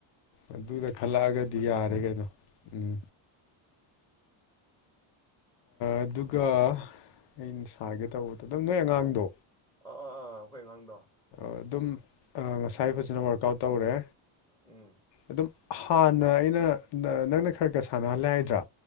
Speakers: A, on the left; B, in the centre.
A: ꯑꯗꯨꯗ ꯈꯜꯂꯛꯑꯒꯗꯤ ꯌꯥꯔꯦ ꯀꯩꯅꯣ ꯎꯝ ꯑꯗꯨꯒ
B: ꯑꯗꯨ
A: ꯑꯩꯅ ꯁꯥꯒꯦ ꯇꯧꯕꯗꯣ ꯑꯗꯨꯝ ꯅꯣꯏ ꯑꯉꯥꯡꯗꯣ
B: ꯑꯥ ꯑꯥ ꯑꯥ ꯑꯩꯈꯣꯏ ꯑꯉꯥꯡꯗꯣ
A: ꯑꯗꯨꯝ ꯉꯁꯥꯏ ꯐꯖꯅ ꯋꯥꯔꯛ ꯑꯥꯎꯠ ꯇꯧꯔꯦ
B: ꯎꯝ
A: ꯑꯗꯨꯝ ꯍꯥꯟꯅ ꯑꯩꯅ ꯅꯪꯅ ꯈꯔ ꯈꯔ ꯁꯥꯟꯅꯍꯜꯂꯦ ꯍꯥꯏꯗ꯭ꯔꯥ